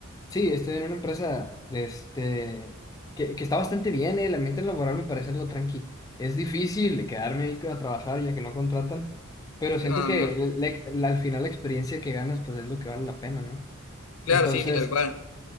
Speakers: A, on the left (about 15°); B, on the left (about 80°).
A: Sí, estoy en una empresa de este, que, que está bastante bien, eh, El ambiente laboral me parece algo tranqui. Es difícil quedarme ahí a trabajar ya que no contratan, pero siento
B: Ah,
A: que
B: mira.
A: la- la- al final la experiencia que ganas pues es lo que vale la pena, ¿no?
B: Claro,
A: Entonces,
B: sí, tal cual.